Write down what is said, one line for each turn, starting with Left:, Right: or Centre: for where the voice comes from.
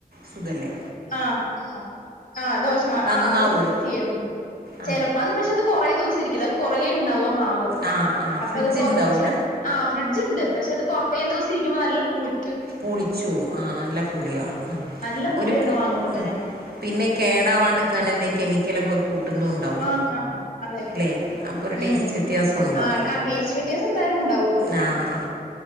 Right: സുഖല്ലേ
Left: ആ ആ ആ ദോശമാ
Right: നന്നാവുമേ
Left: ആ അതും ചെയ്യല്ണ്ട്.
Right: ആ
Left: ചെലപ്പോ അത് പക്ഷെ അത് കൊറേ ദിവസ ഇരിക്കില്ല. അത് കൊ റെണ്ടാവമ്മും മാവ്.
Right: ആ ആ
Left: അപ്പത്
Right: ഫ്രിഡ്ജ്
Left: കൊറച്ച്.
Right: ഉണ്ടാവില്ല
Left: ആ ഫ്രിഡ്ജ്ണ്ട് പക്ഷെ അത് കൊറേം ദിവസം ഇരിക്കുമ്പൊ നല്ല പുളി
Right: പുളിചോവും. ആ നല്ല പുളിയാവും ഉം
Left: നല്ല പുളിയാണ്
Right: ഒര്
Left: വാങ്ങുമ്പോ
Right: ഉം
Left: തന്നെ
Right: പിന്നെ കേടാവാണ്ട്ക്കാന് എന്തെം കെമിക്കലൊക്കെ കൂ ട്ടുന്നുണ്ടാവും
Left: ആഹ് അതെ
Right: ലെ അപ്പോ ഒരു ടേസ്റ്റ്
Left: ഉം
Right: വ്യത്യാസം ഇണ്ടാവും.
Left: ആഹ് ആ ടേസ്റ്റ് വ്യത്യാസം എന്തായാലും ഉണ്ടാവും അത്.
Right: ആ ആ